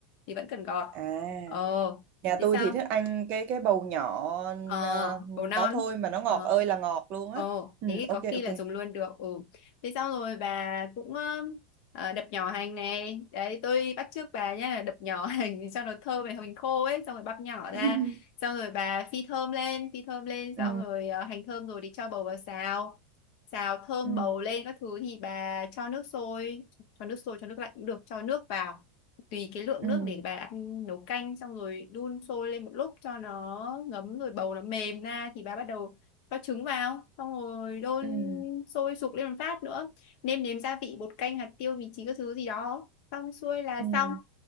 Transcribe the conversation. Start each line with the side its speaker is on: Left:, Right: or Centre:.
Left: thì vẫn cần gọt
Right: À,
Left: ờ
Right: nhà
Left: thế
Right: tôi
Left: sao
Right: thì thích ăn cái cái bầu nhỏ
Left: ờ
Right: à,
Left: bổ non
Right: đó thôi mà nó ngọt
Left: ờ
Right: ơi là ngọt luôn
Left: ồ
Right: á. Ừ,
Left: thế thì có
Right: ok
Left: khi
Right: ok.
Left: là dùng luôn được ừ thế xong rồi bà cũng ờ, ờ, đập nhỏ hành này đấy tôi bắt chước bà nhá là đập nhỏ <laughs> hành cho nó thơm này hành khô ấy xong rồi băm nhỏ ra
Right: <laughs>
Left: xong rồi bà phi thơm lên phi thơm lên
Right: Ừ.
Left: xong rồi ờ, hành thơm rồi thì cho bầu vào xào xào thơm
Right: Ừ.
Left: bầu lên các thứ thì bà cho nước sôi cho nước sôi cho nước lạnh cũng được cho nước vào tùy cái lượng
Right: Ừ.
Left: nước để bà ăn nấu canh xong rồi đun sôi lên một lúc cho nó ngấm rồi bầu nó mềm ra thì bà bắt đầu cho trứng vào xong rồi đun
Right: Ừ.
Left: sôi sục lên một phát nữa nêm nếm gia vị bột canh hạt tiêu vị trí các thứ gì đó xong xuôi là
Right: Ừ.
Left: xong